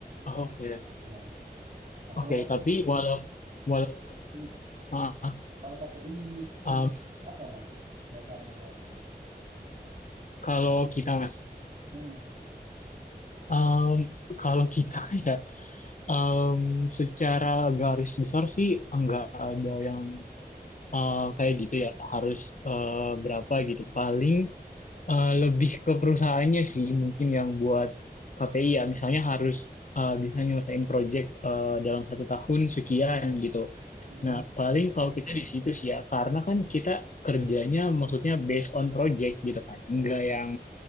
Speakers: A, on the left; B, on the right.
A: Oh, oke,
B: tahunan gitu. Nah, kalau
A: oke.
B: Mas
A: Tapi
B: Fikri,
A: walau, walau
B: hmm,
A: uh,
B: kalau KPI pekerja
A: um,
B: apa Mas? Dasarnya berarti.
A: kalau kita mas,
B: Hmm.
A: um, kalau kita <laughs> ya, um, secara garis besar sih enggak ada yang uh, kayak gitu ya harus uh, berapa gitu. Paling uh, lebih ke perusahaannya sih mungkin yang buat KPI ya, misalnya harus uh, bisa nyelesain project uh, dalam satu tahun sekian gitu.
B: Hmm.
A: Nah, paling kalau kita di situ sih ya, karena kan kita kerjanya maksudnya based on project gitu kan.
B: Ya.
A: Enggak yang